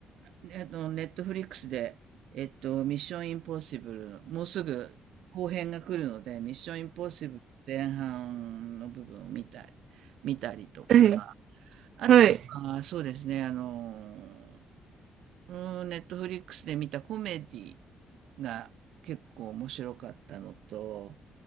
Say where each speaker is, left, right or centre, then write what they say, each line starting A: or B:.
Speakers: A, on the right (about 75°); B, on the right (about 60°).
A: えっと、ネットフリックスで、えっと、ミッションインポッシブル、もうすぐ後編が来るので、ミッションインポッシブルの前半の部分を見たり、見たりとか、
B: ええ
A: あとは、
B: はい、
A: そうですね、あの、うん、ネットフリックスで見たコメディが結構面白かったのと、